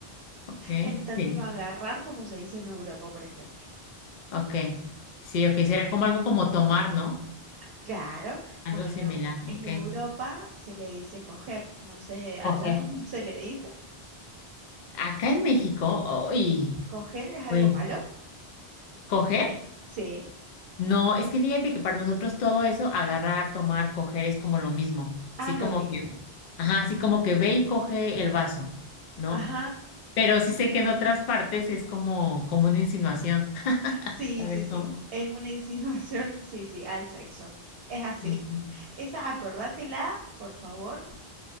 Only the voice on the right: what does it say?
el término
agarrar como se dice en Europa, por ejemplo.
Claro,
bueno,
en, Eu- en
Europa se le dice coger, no sé, allá
<laughs> cómo se le dice.
Sí. ¿Coger es algo
malo?
Sí.
Ah,
lo
mismo.
Ajá.
Sí,
sí, sí.
Es una insinuación, sí, sí, al sexo. Es así.
<laughs> Esa, acordátela, por favor,